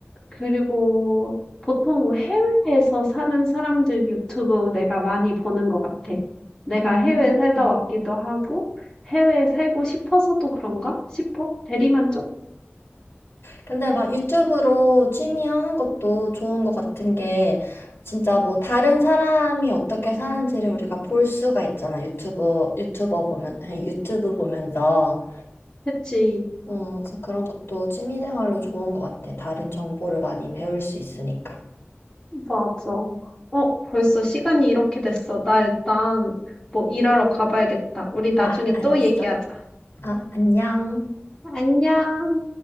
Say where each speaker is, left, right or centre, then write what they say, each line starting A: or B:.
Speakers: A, on the left; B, on the left.
A: 그리고 보통 해외에서 사는 사람들 유튜브 내가 많이 보는 것 같아. 내가
B: 음.
A: 해외 살다 왔기도 하고, 해외에 살고 싶어서도 그런가? 싶어? 대리만족?
B: 근데 막 유튜브로 취미 하는 것도 좋은 것 같은 게 진짜 뭐 다른 사람이 어떻게 사는지를 우리가 볼 수가 있잖아. 유튜브 유튜버 보면 <laughs> 유튜브 보면서
A: 그치,
B: 음, 그래서 그런 것도 취미생활로 좋은 것 같아. 다른 정보를 많이 배울 수 있으니까.
A: 맞아. 어, 벌써 시간이 이렇게 됐어. 나 일단 뭐 일하러 가봐야겠다. 우리 나중에
B: 아, 알았어.
A: 또 얘기하자.
B: 아, 안녕.
A: 안녕.